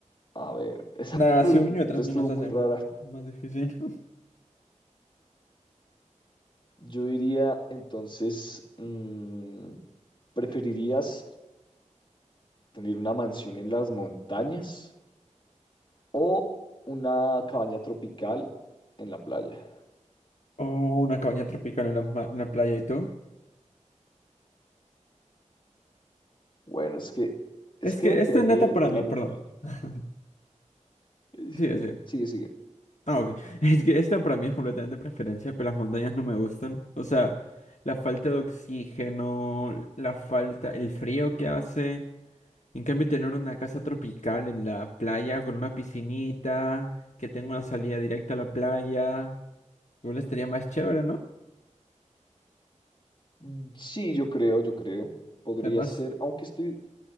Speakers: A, on the left (about 40°); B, on the left (about 65°).
A: a ver, esa
B: Nada,
A: <laughs> pregunta
B: si un niño de tres
A: estuvo
B: años nos
A: muy
B: hace.
A: rara.
B: Más difícil. <laughs>
A: Yo diría, entonces, mm, ¿preferirías tener una mansión en las montañas o una cabaña tropical en la playa?
B: Oh, una cabaña tropical en la, ma- en la playa, ¿y tú?
A: Bueno, es que, es
B: Es
A: que
B: que
A: depende
B: esta neta para
A: de la
B: mí,
A: montaña.
B: perdón. <laughs>
A: Eh, Sigue,
B: Sí, sí.
A: sigue, sigue.
B: Ah, ok. <laughs> Es que esta para mí es completamente preferencia, pero las montañas no me gustan. O sea, la falta de oxígeno, la falta, el frío que hace. En cambio, tener una casa tropical en la playa con una piscinita, que tenga una salida directa a la playa, igual estaría más chévere, ¿no?
A: Mm, Sí, yo creo, yo creo. Podría
B: Además,
A: ser, aunque estoy